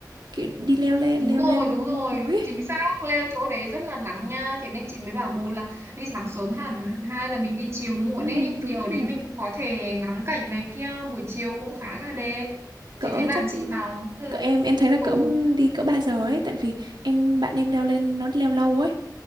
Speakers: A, on the right; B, on the right.
A: Kiểu đi leo lên
B: Đúng
A: leo
B: rồi,
A: lên
B: đúng rồi,
A: núi. ấy.
B: chính xác, leo chỗ đấy rất là nắng nha, thế nên chị mới bảo một là đi sáng sớm hẳn, hai là mình đi chiều muộn
A: Ừ,
B: ấy,
A: đúng
B: thì ở
A: rồi.
B: đấy mình cũng có thể ngắm cảnh này kia, buổi chiều cũng khá là đẹp.
A: Cỡ
B: Chị thấy bạn
A: chắc
B: chị bảo, ừ,
A: cỡ em em thấy là
B: ừ,
A: cỡ đi cỡ 3 giờ ấy tại vì em bạn em leo lên nó leo lâu ấy.